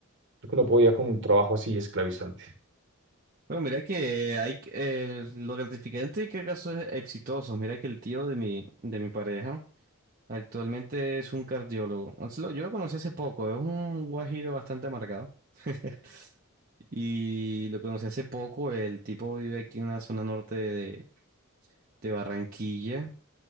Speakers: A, on the right; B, on the right.
A: creo que no podía con un trabajo así esclavizante.
B: Bueno, mira que hay que- eh, lo gratificante que casos exitosos. Mira que el tío de mi, de mi pareja actualmente es un cardiólogo. O sea, lo- Yo lo conocí hace poco, es un guajiro bastante amargado. <laughs> Y lo conocí hace poco, el tipo vive aquí en la zona norte de, de Barranquilla